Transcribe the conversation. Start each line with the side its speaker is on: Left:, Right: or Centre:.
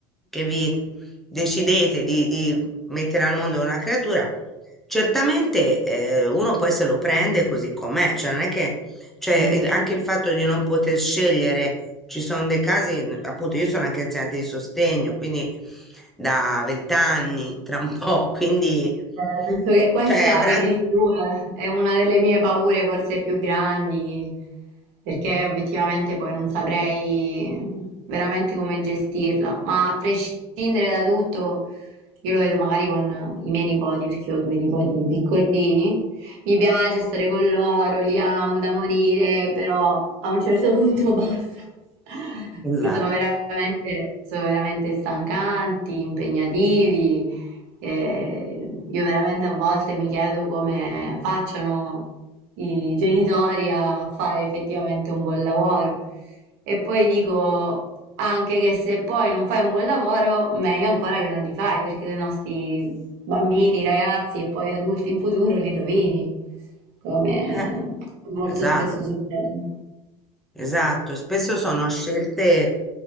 Centre: che vi decidete di, di mettere al mondo una creatura, certamente eh, uno poi se lo prende così com'è, cioè non è che, cioè
Right: Mm.
Centre: il- anche il fatto di non poter scegliere, ci sono dei casi, n- appunto io sono anche insegnante di sostegno, quindi da vent'anni, tra un po', <laughs> quindi,
Right: Eh, penso che questa
Centre: cioè, fran-
Right: che dici tu è, è una delle mie paure forse più grandi, perché obiettivamente poi non saprei veramente come gestirla, ma a prescindere da tutto, io lo vedo magari con i miei nipoti, perché ho due nipoti piccolini, mi piace stare con loro, li amo da morire, però a un certo punto <laughs> basta,
Centre: esatto,
Right: perché sono veramente, sono veramente stancanti, impegnativi. E io veramente a volte mi chiedo come facciano i genitori a fare effettivamente un buon lavoro. E poi dico anche che se poi non fai un buon lavoro, meglio ancora che non li fai, perché i nostri bambini, ragazzi e poi adulti in futuro li rovini, come
Centre: eh,
Right: molto
Centre: esatto.
Right: spesso succede.
Centre: Esatto, spesso sono scelte